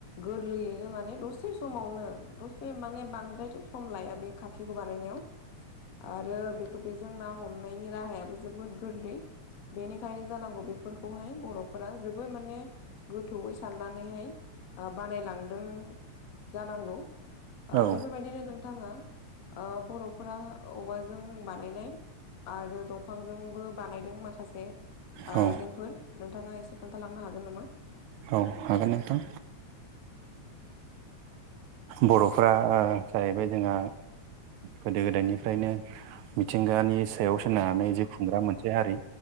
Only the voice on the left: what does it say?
गोरलैयैनो माने दसे समावनो दसे माने बांद्राय सम लाया बे खा आाखिखौ बानायनायाव आरो बेखौ बेजों ना हमनायनि राहायाबो जोबोद गोरलै बेनिखायनो जानांगौ बेफोरखौहाय बर'फोरा जोबोद माने गोथौयै साननानैहाय बानायलांदों जानांगौ। ओ
बेफोरबायदिनो नोंथाङा बर'फोरा औवाजों बानायनाय आरो दंफांजोंबो बानायदों माखासे ओ
आइजेंफोर नोंथाङा एसे खोन्थालांनो हागोन नामा?